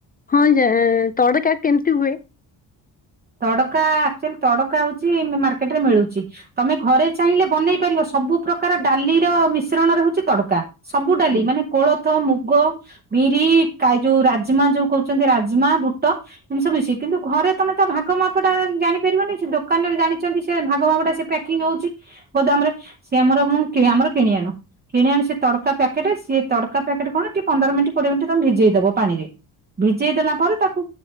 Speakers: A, on the left; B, on the right.
A: ହଁ, ଯା ତଡକା କେମିତି ହୁଏ?
B: ତଡକା, ଆକ୍ଚୁଆଲି ତଡକା ହଉଛି ମାର୍କେଟରେ ମିଳୁଛି। ତମେ ଘରେ ଚାହିଁଲେ ବନେଇ ପାରିବ, ସବୁ ପ୍ରକାର ଡାଲିର ମିଶ୍ରଣରେ ହଉଛି ତଡକା। ସବୁଡାଲି,
A: ହୁଁ
B: ମାନେ କୋଳଥ ମୁଗ ବିରି କାଯୋଉ ରାଜମା ଯୋଉ କହୁଛନ୍ତି ରାଜମା ଭୁଟ ଏମିତିସବୁ ମିଶି, କିନ୍ତୁ ଘରେ ତମେ ତ ଭାଗମାପଟା ଜାଣିପାରିବନି, ସେ ଦୋକାନରେ ଜାଣିଛନ୍ତି ସେ ଭାଗମାପଟା ସେ ପ୍ୟାକିଂ ହଉଛି ଗୋଦାମରେ, ସେ ଆମର ମୁଁ ଆମର କିଣି ଆଣୁ କିଣି ଆଣି ସେ ତଡକା ପ୍ୟାକେଟ ସିଏ ତଡକା ପ୍ୟାକଟ କଣ, ଟିକେ ପନ୍ଦର ମିନଟ କୋଡିଏ ମିନିଟ ତମେ ଭିଜେଇଦବ ପାଣିରେ ଭିଜେଇ ଦେଲା ପରେ, ତାକୁ